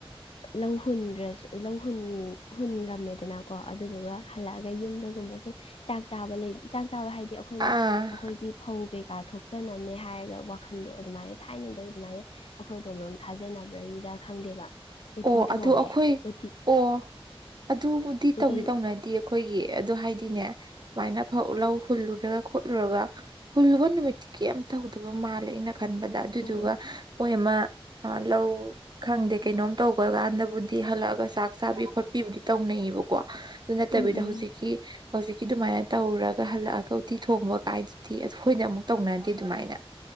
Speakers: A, on the left (about 70°); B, on the right (about 45°).
A: ꯂꯧ ꯍꯨꯟꯒ꯭ꯔ ꯂꯧ ꯍꯨꯟ ꯍꯨꯟꯂꯝꯃꯦꯗꯅꯥ ꯀꯣ ꯑꯗꯨꯗꯨꯒ ꯍꯜꯂꯛꯑꯒ ꯌꯨꯝꯗꯒꯨꯝꯕ ꯁꯨꯝ ꯆꯥꯛ ꯆꯥꯕ ꯂꯩ ꯆꯥꯛ ꯆꯥꯕ ꯍꯥꯏ ꯗꯤ ꯑꯈꯣꯏꯅ
B: ꯑꯥ
A: ꯑꯈꯣꯏꯒꯤ ꯐꯧ ꯀꯩ ꯀꯥ ꯊꯣꯛꯆꯅꯕꯅꯦ ꯍꯥꯏꯔꯒ ꯋꯥꯈꯟꯗꯣ ꯑꯗꯨꯃꯥꯏꯅ ꯊꯥꯏꯅꯗꯩ ꯑꯗꯨꯃꯥꯏꯅ ꯑꯈꯣꯏ ꯑꯗꯣꯝꯔꯣꯝ ꯊꯥꯖꯅꯕ꯭ꯔꯩ ꯔꯥ ꯈꯪꯗꯦꯕ ꯎꯇꯤ
B: ꯑꯣ
A: ꯊꯣꯡꯉꯦ
B: ꯑꯗꯨ ꯑꯈꯣꯏ
A: ꯎꯇꯤ
B: ꯑꯣ ꯑꯗꯨꯕꯨꯗꯤ ꯇꯧꯗꯤ
A: ꯎꯇꯤ
B: ꯇꯧꯅꯗꯤꯌꯦ ꯑꯩꯈꯣꯏꯒꯤ ꯑꯗꯨ ꯍꯥꯏꯗꯤꯅꯦ ꯑꯗꯨꯃꯥꯏꯅ ꯐꯧ ꯂꯧ ꯍꯨꯜꯂꯨꯔꯒ ꯈꯣꯠꯂꯨꯔꯒ ꯍꯨꯜꯂꯨꯕ ꯅꯨꯃꯤꯠꯇꯤ ꯀꯦꯏꯝ ꯇꯧꯗꯕ ꯃꯥꯜꯂꯦ ꯑꯩꯅ ꯈꯟꯕꯗ ꯑꯗꯨꯗꯨꯒ
A: ꯑꯣ
B: ꯃꯣꯏ ꯑꯃ ꯑꯥ ꯂꯧ ꯈꯪꯗꯦ ꯀꯩꯅꯣꯝ ꯇꯧꯕ ꯀꯥꯟꯗꯕꯨꯗꯤ ꯍꯜꯂꯛꯑꯒ ꯆꯥꯛ ꯆꯥꯕꯤ ꯈꯣꯠꯄꯤꯕꯨꯗꯤ ꯇꯧꯅꯩꯌꯦꯕꯀꯣ ꯑꯗꯨ ꯅꯠꯇꯕꯤꯗ
A: ꯎꯝ ꯎꯝ
B: ꯍꯧꯖꯤꯛꯀꯤ ꯍꯧꯖꯤꯛꯀꯤ ꯑꯗꯨꯃꯥꯏꯅ ꯇꯧꯔꯒ ꯍꯜꯂꯛꯑꯒ ꯎꯇꯤ ꯊꯣꯡꯕ ꯀꯥꯏꯗꯨꯗꯤ ꯑꯩꯈꯣꯏꯗ ꯑꯃꯨꯛ ꯇꯧꯅꯗꯦ ꯑꯗꯨꯃꯥꯏꯅ